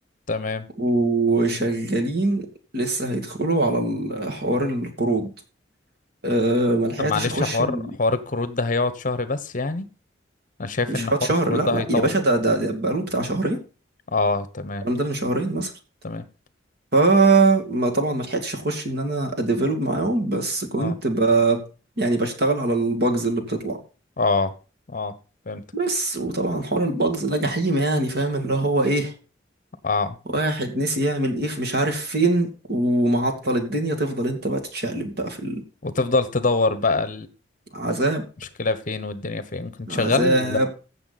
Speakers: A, on the left; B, on the right.
A: تمام
B: وشغالين لسه هيدخلوا على ال- حوار القروض أه ما لحقتش
A: طب معلش
B: اخش
A: حوار
B: ال-
A: حوار الكروت ده هيقعد شهر بس يعني انا شايف
B: مش
A: ان
B: هقعد
A: حوار
B: شهر
A: الكروت
B: لا
A: ده
B: لا
A: هيطول
B: يا باشا ده ده, ده بقاله بتاع شهرين
A: اه تمام
B: الكلام ده من شهرين مثلا
A: تمام
B: ف ما طبعا ما لحقتش اخش ان انا اديفلوب معاهم بس كنت
A: اه
B: ب يعني بشتغل على الباجز اللي بتطلع
A: اه اه فهمتك
B: بس وطبعا حوار الباجز ده جحيم يعني فاهم اللي هو ايه
A: اه
B: واحد نسي يعمل ايه في مش عارف فين ومعطل الدنيا تفضل انت بقى تتشقلب بقى في
A: وتفضل تدور بقى
B: العذاب
A: المشكلة فين والدنيا فين كنت
B: عذاب
A: شغال